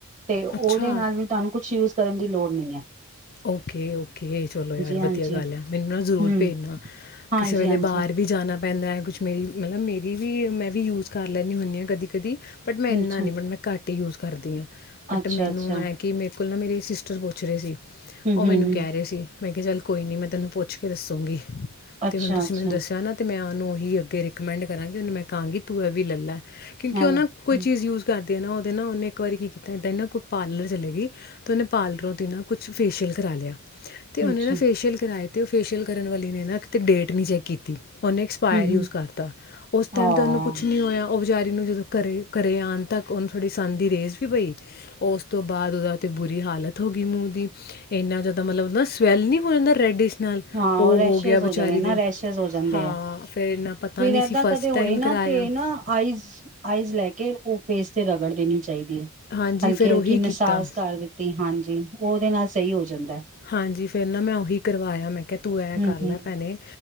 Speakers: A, on the right (about 35°); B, on the left (about 40°).
A: ਤੇ ਓਦੇ
B: ਅੱਛਾ
A: ਨਾਲ ਵੀ ਤੁਹਾਨੂੰ ਕੁਛ ਯੂਜ ਕਰਨ ਦੀ ਲੋੜ ਨਈ ਐ।
B: ਓਕੇ, ਓਕੇ ਚਲੋ ਯਾਰ
A: ਹਾਂਜੀ
B: ਵਦੀਆ ਗੱਲ ਐ। ਮਿਨੂੰ ਨਾ ਜ਼ਰੂਰ
A: ਹੂੰ
B: ਭੇਜਨਾ,
A: ਹਾਂਜੀ
B: ਕਿਸੇ ਵੇਲੇ
A: ਹਾਂਜੀ
B: ਬਾਹਰ ਵੀ ਜਾਨਾਂ ਪੈਂਦੈ ਕੁਛ ਮੇਰੀ ਮਲਬ ਮੇਰੀ ਵੀ, ਮੈਂ ਵੀ ਯੂਜ਼ ਕਰ ਲੈਂਨੀ ਹੁੰਨੀ ਆ ਕਦੀ, ਕਦੀ ਬਟ ਮੈਂ ਐਨਾ
A: ਅੱਛਾ
B: ਨੀ ਬਟ ਮੈਂ ਘੱਟ ਈ ਯੂਜ਼ ਕਰਦੀਆਂ। ਬਟ
A: ਅੱਛਾ
B: ਮੈਨੂੰ
A: ਅੱਛਾ
B: ਐਂ ਕਿ ਮੇ ਕੁੱਲ ਨਾ ਮੇਰੀ ਸਿਸਟਰ ਪੁੱਛ ਰਏ ਸੀ
A: ਹੂੰ
B: ਓ
A: ਹੂੰ
B: ਮੈਨੂੰ
A: ਹੂੰ
B: ਕੈ ਰਏ ਸੀ ਮੈਂ ਕੇਆ ਚੱਲ ਕੋਈ ਨੀ ਮੈਂ ਤੈਨੂੰ ਪੁੱਛ ਪੁੱਛ ਕੇ ਦੱਸੂੰਗੀ
A: ਅੱਛਾ
B: ਤੇ ਹੁ ਤੁਸੀਂ
A: ਅੱਛਾ
B: ਮੈਨੂੰ ਦੱਸੇਆ ਨਾ, ਤੇ ਮੈਂ ਆ ਓਨੂ ਓਹੀ ਅੱਗੇ ਰਿ ਕਮੈਂਡ ਕਰਾਂਗੀ ਓਨੂੰ ਮੈਂ ਕਾਂਗੀ ਤੂੰ ਐਵੀ ਲ ਲੈ। ਕਿਉਂਕਿ
A: ਐਵੇਂ
B: ਉਨਾ
A: ਹਮ,
B: ਕੋਈ ਚੀਜ਼ ਯੂਜ਼ ਕਰਦੀ ਆ ਨਾ ਤੇ ਨਾ ਓਨੇ ਇੱਕ ਵਾਰੀ ਕੀ ਕੀਤੈ, ਏਦਾਂ ਨਾ ਕੋਈ ਪਾਰਲਰ ਚਲੀ ਗਈ ਤੇ ਨੇ ਪਾਰਲਰੋ ਦੀ ਨਾ ਕੁਛ ਫੇਸ਼ੀਅਲ ਕਰਾ ਲੇਆ ਤੇ ਓਨੇ
A: ਅੱਛਾ
B: ਨਾ ਫੇਸ਼ੀਅਲ ਕਰਾਏ ਤੇ ਓ ਫੇਸ਼ੀਅਲ ਕਰਨ ਵਾਲੀ ਨੇ ਨਾ, ਕੀਤੇ ਡੇਟ ਨੀ ਚੇਕ ਕੀਤੀ ਓਨੇ ਐਕਸਪਾਇਰ
A: ਹੂੰ
B: ਯੂਜ਼
A: ਹੂੰ
B: ਕਰਤਾ ਓਸ
A: ਹਾਂ
B: ਟਾਈਮ ਤੇ ਓਨੂੰ ਕੁਛ ਨਈ ਹੋਯਾ ਓ ਵਿਚਾਰੀ ਨੂੰ ਜਦੋਂ ਘਰ, ਘਰੇ ਆਨ ਤੱਕ ਓਨੂੰ ਥੋੜ੍ਹੀ ਸੰਨ ਦੀ ਰੇਜ਼ ਵੀ ਪਈ, ਓਸ ਤੋਂ ਬਾਦ ਓਦਾਤੇ ਬੁਰੀ ਹਾਲਤ ਹੋ ਗਈ ਮੂੰਹ ਦੀ ਇੰਨਾ ਜ਼ਿਆਦਾ ਮਤਲਬ ਨਾ ਸਵੈਲ ਨਹੀਂ ਹੋ ਜਾਂਦਾ ਰੈਡਿਸ਼ ਨਾਲ
A: ਹਾਂ
B: ਉਹ
A: ਓ ਰੈਸੇ਼ਸ਼
B: ਗਿਆ
A: ਹੋ
B: ਵਿਚਾਰੀ
A: ਜਾਣੇ ਨਾ
B: ਦੇ
A: ਰੈਸੇ਼ਜ਼ ਹੋ ਜਾਂਦੇ
B: ਹਾਂ
A: ਆ,
B: ਇੰਨਾ
A: ਫਿਰ
B: ਪਤਾ ਨਹੀਂ
A: ਏਦਾਂ
B: ਸੀ ਫਸਟ
A: ਕਦੋ ਹੋਏ
B: ਟਾਈਮ
A: ਨਾ
B: ਕਰਾਇਆ
A: ਤੇ ਨਾ ਆਈਜ਼ ਆਈਜ਼ ਲੈ ਕੇ ਓ ਫੇਸ ਤੇ ਰਗੜਦੇ ਨੇ ਚਾਈਦੀ ਏ।
B: ਹਾਂਜੀ
A: ਹਲਕੀ,
B: ਫਿਰ
A: ਹਲਕੀ
B: ਉਹੀ
A: ਮਸਾਸ
B: ਕੀਤਾ
A: ਕਰ ਦਿੱਤੀ ਹਾਂਜੀ। ਓਦੇ ਨਾਲ ਸਹੀ ਹੋ ਜਾਂਦੈ।
B: ਹਾਂਜੀ, ਫੇਰ ਨਾ ਮੈਂ ਓਹੀ ਕਰਵਾਏਆ। ਤੂੰ ਐ
A: ਹਮ
B: ਕਰ ਲੈ
A: ਹਮ
B: ਭੈਨੇ